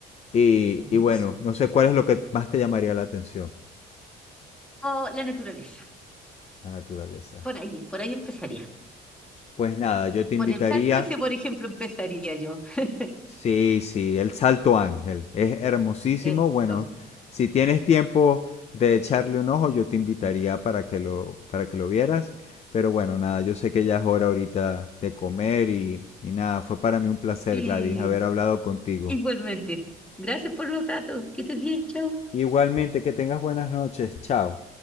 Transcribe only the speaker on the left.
Y,
y bueno, no sé cuál es lo que más te llamaría la atención,
la naturaleza.
Pues nada, yo te invitaría
Sí, sí, el Salto Ángel. Es hermosísimo.
Bueno, si tienes tiempo de echarle un ojo, yo te invitaría para que lo, para que lo vieras. Pero bueno, nada, yo sé que ya es hora ahorita de comer y, y nada, fue para mí un placer,
Gladys, haber hablado contigo.
Igualmente, que tengas buenas noches. Chao.